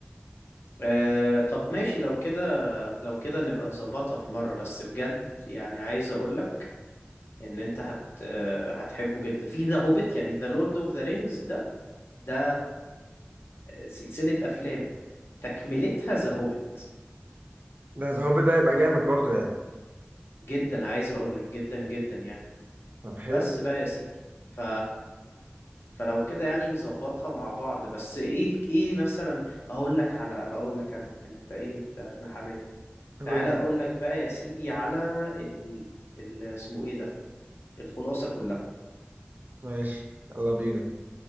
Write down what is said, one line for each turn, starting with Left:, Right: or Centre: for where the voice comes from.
Left: أه طب ماشي لو كده لو كده نبقى نظبطها في مرة بس بجد يعني عايز اقولك ان انت هت أه هتحبه جدا في ذا هوبيت يعني ذا لورد اوف ذا رينجز ده ده سلسلة افلام تكملتها ذا هوبيت
Right: ده ذا هوبي ده هيبقى جامد برضه يعني
Left: جدا عايز اقولك جدا جدا يعني
Right: طب حلو
Left: بس بقى يا سيدي ف فلو كده يعني نظبطها مع بعض بس ايه الك- ايه مثلا اقول لك على اقول لك انا انت ايه انت ابن حلال
Right: حلو
Left: تعالى اقول لك بقى يا سيدي على ال... ال... اسمه ايه ده الخلاصة كلها
Right: ماشي يلا بينا